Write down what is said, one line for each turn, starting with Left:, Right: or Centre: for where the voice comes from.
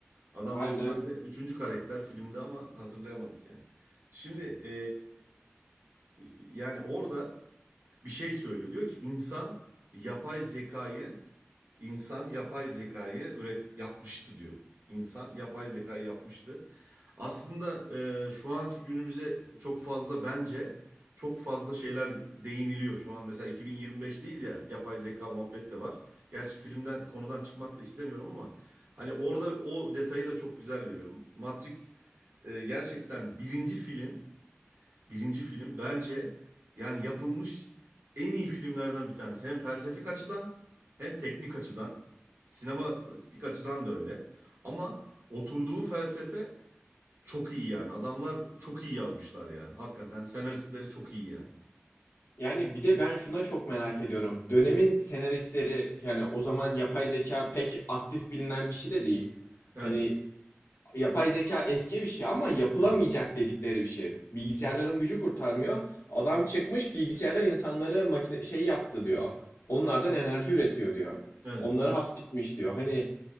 Right: Adam
Left: Harbiden
Right: normalde üçüncü karakter filmde ama hatırlayamadık yani. Şimdi ee, yani orada bir şey söylüyor. Diyor ki insan yapay zekayı İnsan yapay zekayı üret yapmıştı diyor. İnsan yapay zekayı yapmıştı. Aslında e, şu anki günümüze çok fazla bence çok fazla şeyler değiniliyor şu an. Mesela 2025'teyiz ya yapay zeka muhabbet de var. Gerçi filmden konudan çıkmak da istemiyorum ama hani orada o detayı da çok güzel veriyor. Matrix e, gerçekten birinci film Birinci film bence yani yapılmış en iyi filmlerden bir tanesi. Hem felsefik açıdan hem teknik açıdan, sinematik açıdan da öyle. Ama oturduğu felsefe çok iyi yani. Adamlar çok iyi yazmışlar ya. Hakikaten senaristleri çok iyi yani.
Left: yani bir de ben şuna çok merak ediyorum. Dönemin senaristleri yani o zaman yapay zeka pek aktif bilinen bir şey de değil.
Right: Evet,
Left: Hani yapay zeka eski bir şey ama yapılamayacak
Right: evet,
Left: dedikleri bir şey. Bilgisayarların gücü kurtarmıyor. Adam çıkmış bilgisayarlar insanları makine şey yaptı diyor. Onlardan enerji üretiyor diyor.
Right: evet,
Left: Onları hapsetmiş diyor. Hani